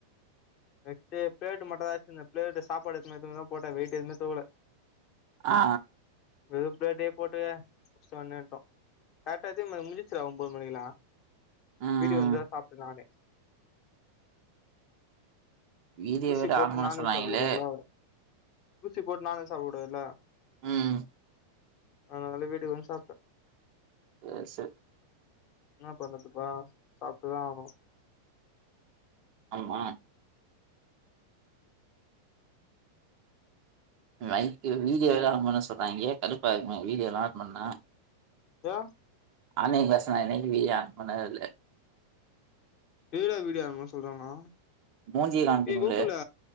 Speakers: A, on the left; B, on the right.
A: நெட்டு ப்ளேட்டு மட்டுந்தா வச்சுருந்த ப்ளேட்டு சாப்பாடு எத்துன்னு வரதுக்குதா போட்ட வெய்ட் எதுமே தூக்கல
B: ஆ
A: வெ பிளடே போட்டுஷ்டம் வந்துட்டோம் கரெக்டாத்தி முடிச்சிரா ஒன்ம்பது மணிக்கல்லா
B: ம்
A: வீட்டுக்கு வந்து தா சாப்பிட்டு நானே
B: வீடியோ
A: ஊசி
B: வேற
A: போட்டு
B: ஆன் பண்ண
A: நானும்
B: சொன்னாங்களே
A: சாப்பிடல ஊசி போட்டு நானும் சாப்பிடல
B: ம்
A: அதனால வீட்டுக்கு வ சாப்பிட்டேன்
B: ஆ ச
A: என்ன பண்ணறதுப்பா சாப்பிட்டுதா ஆகனும்
B: ஆமா வைக்கு வீடியோ எல்லாம் ஆகும்னு சொல்றாங்கயே கடுப்பாங்க வீடியோ எல்லா ஆட் பண்ணிட்டா
A: ஏ
B: ஆன்லைன் கிளாஸ் நான் என்னைக்கு <unintelligible>
A: வடா வீடியா சொல்றாங்களா
B: மூஞ்சிய காமிக்கணும்ல
A: ஏய் கோகுல